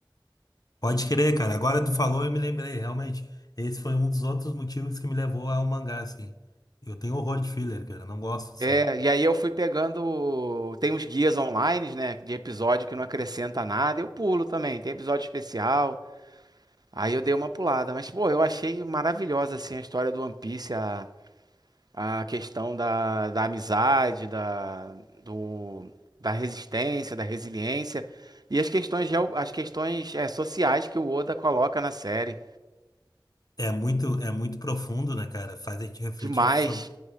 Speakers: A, on the left; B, on the right.
A: Pode crer, cara. Agora tu falou, eu me lembrei, realmente. Esse foi um dos outros motivos que me levou ao mangá, assim. Eu tenho horror de filler, cara. Não gosto, assim.
B: É, e aí eu fui pegando. Tem uns guias online, né? De episódio que não acrescenta nada. Eu pulo também, tem episódio especial. Aí eu dei uma pulada. Mas, pô, eu achei maravilhosa, assim, a história do One Piece, a, a questão da, da amizade, da, do, da resistência, da resiliência. E as questões, geo- as questões, é, sociais que o Oda coloca na série.
A: É muito, é muito profundo, né, cara? Faz a gente refletir
B: Demais.
A: sobre